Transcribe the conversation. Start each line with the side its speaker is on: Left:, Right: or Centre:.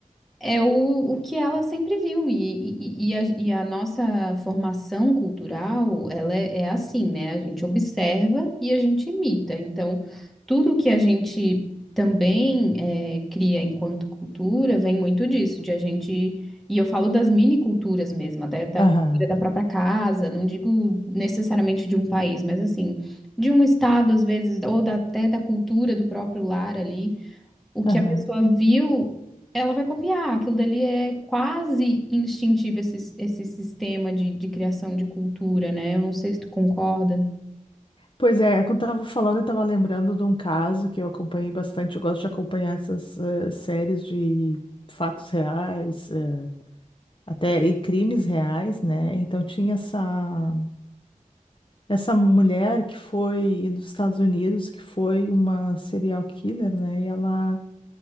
Centre: é o, o que ela sempre viu, e, e, e a, e a nossa formação cultural, ela é, é assim, né? A gente observa e a gente imita. Então, tudo que a gente também é, cria enquanto cultura vem muito disso, de a gente. E eu falo das mini culturas mesmo, até da
Left: Aham,
Centre: cultura da própria casa, não digo necessariamente de um país, mas assim, de um estado, às vezes, ou da- até da cultura do próprio lar ali o que
Left: aham.
Centre: a pessoa viu, ela vai copiar. Aquilo dali é quase instintivo, esse, esse sistema de, de criação de cultura, né? Eu não sei se tu concorda.
Left: Pois é, quando eu tava falando, eu tava lembrando de um caso que eu acompanhei bastante. Eu gosto de acompanhar essas eh, séries de fatos reais, eh, até e crimes reais, né? Então tinha essa essa mulher que foi dos Estados Unidos, que foi uma serial killer, né? E ela